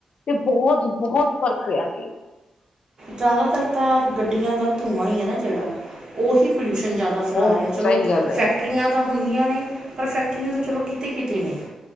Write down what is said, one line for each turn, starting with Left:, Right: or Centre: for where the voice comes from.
Left: ਤੇ ਬੋਤ ਬਹੁਤ ਫਰਕ ਪਿਆ ਸੀ
Right: ਜ਼ਿਆਦਾ ਤਰ ਤਾਂ ਗੱਡੀਆਂ ਦਾ ਧੂੰਆਂ ਹੀ ਹੈ ਨਾ ਜੇੜਾ ਉਹੀ ਪੋਲਿਊਸ਼ਨ ਜ਼ਿਆਦਾ ਫੈਲਾ
Left: ਉਹ
Right: ਰਿਹਾ ਚਲੋ
Left: ਸਹੀ ਗੱਲ ਹੈ
Right: ਫੈਕਟਰੀਆਂ ਤਾਂ ਹੁੰਦੀਆਂ ਨੇ ਪਰ ਫੈਕਟਰੀਆਂ ਤੋਂ ਚਲੋ ਕਿਤੇ ਕਿਤੇ ਨੇ